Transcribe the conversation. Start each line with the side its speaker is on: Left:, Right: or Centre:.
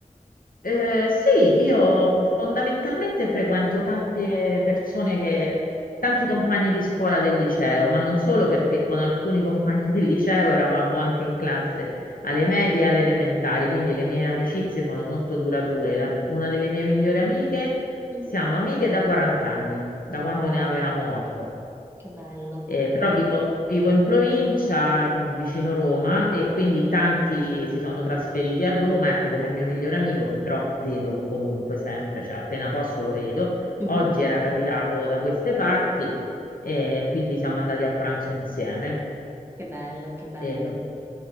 Left: Eh, sì, io fondamentalmente frequento tante persone che, tanti compagni di scuola del liceo, ma non solo perché con alcuni compagni del liceo eravamo anche in classe alle
Right: Mm.
Left: medie e alle elementari, quindi le mie amicizie sono molto durature. La- una delle mie migliori amiche,
Right: Mhm.
Left: siamo amiche da 40 anni, da
Right: Wow,
Left: quando ne avevamo 8.
Right: che bello.
Left: Eh, però vivo, vivo in provincia, mh, vicino Roma, e quindi tanti si sono trasferiti a Roma, ecco come il mio migliore amico, che però vedo comunque sempre, cioè appena posso lo vedo.
Right: Mhm.
Left: Oggi era capitato da queste parti, e quindi siamo andati a pranzo insieme.
Right: Che bello, che bello.
Left: E,